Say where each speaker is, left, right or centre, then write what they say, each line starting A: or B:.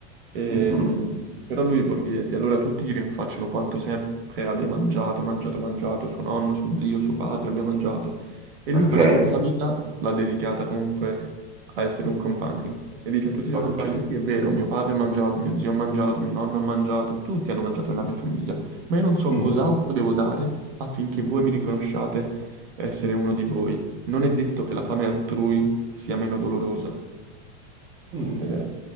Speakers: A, on the right; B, on the right.
A: Ehm,
B: Mhm.
A: però lui è borghese, allora tutti gli rinfacciano quanto sempre abbia mangiato, mangiato, mangiato, suo nonno, suo zio, suo padre abbia mangiato. E
B: Ok,
A: lui però tutta la vita l'ha dedicata comunque a essere un compagno. E dice a tutti i suoi
B: ok.
A: compagni, sì, è vero, mio padre ha mangiato, mio zio ha mangiato, mio nonno ha mangiato, tutti hanno mangiato nella mia famiglia, ma io non so
B: Mm,
A: cos'altro devo dare affinché voi mi riconosciate essere uno di voi. Non è detto che la fame altrui sia meno dolorosa.
B: mm,
A: Ed è